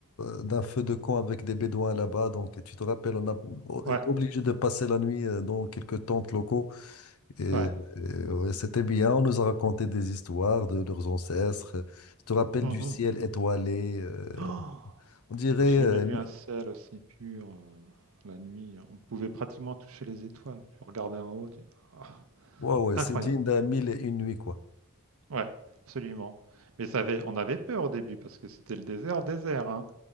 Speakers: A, on the left; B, on the right.
A: euh, d'un feu de camp avec des Bédouins là-bas. Donc, tu te rappelles, on a on était
B: Ouais,
A: obligé de passer la nuit euh, dans quelques tentes locaux. Et, et,
B: ouais.
A: ouais, c'était bien, on nous a raconté des histoires de leurs ancêtres. Tu te rappelles
B: Mhm.
A: du ciel étoilé. euh,
B: Oh!
A: on dirait,
B: J'ai jamais
A: euh,
B: vu un ciel aussi pur, heu, la nuit, on pouvait pratiquement toucher les étoiles. Tu regardais en haut, tu ah!
A: ouais, ouais,
B: Incroyable.
A: c'est digne d'un mille et une nuits, quoi.
B: Ouais, absolument. Mais ça avait on avait peur au début parce que c'était le désert, désert, hein